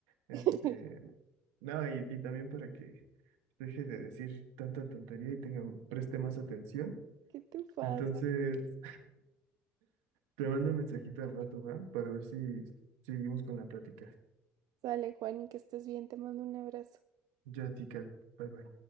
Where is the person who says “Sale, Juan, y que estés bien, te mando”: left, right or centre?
Right